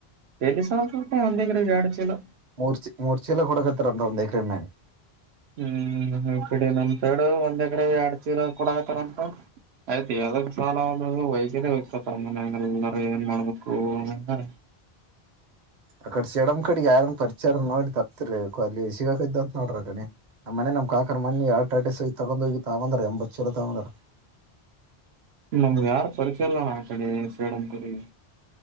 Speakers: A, on the right; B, on the right.
A: ಎಲ್ಲಿ ಸಾಲ್ತಪ್ಪ ಒಂದ್ ಎಕರೆಗೆ ಎರಡ್ ಚೀಲ
B: ಮುರ ಚಿಲ್ ಮೂರ ಚೀಲ ಕೊಡ ಕಥೆ <unintelligible>
A: ಹ್ಮ್ ಹ ಕಡ ನಮ ಸಡು ಒಂದ್ ಎಕರೆ ಎರಡ್ ಎಕರೆ ಕೊಡತಾರಂಟು ಆಯ್ತು ಯಾವದ ಸಾಲ ಒ ವೈಯತ ಸಮನೆಲ್ಲಗ ಮಾಡಳಕ್ಕೆ ಹೋಗಣಲ್ಲ
B: ಆ ಕಡೆ ಸಿಡಮ್ ಕಡೆಗ್ ಯಾರನ್ ಪರಿಚಾರ ನೋಡಿ ತಪ್ಪರಿಬೇಕು ಅಲ್ಲಿ ಸಿಗಕ ಇದ್ದ ಅಂತ ನೋಡ್ರಿ ಅ ಕಡೆ ಆ ಮನೆ ನಮ್ ಕಾಕರ್ ಮಣಿ ಎರ ಟ ಸಹ ತಗೊಂಡ ಹೋಗಿ ತಗಂದ್ರ ಎಂಬತ್ತು ಸಲ ತಗಂದಾರ
A: ನಮ್ ಯಾರು ಪರೀಕ್ಷೆ ಇಲ್ಲ ನಾ ಕಡೆ ಸೇಡಂತರಿ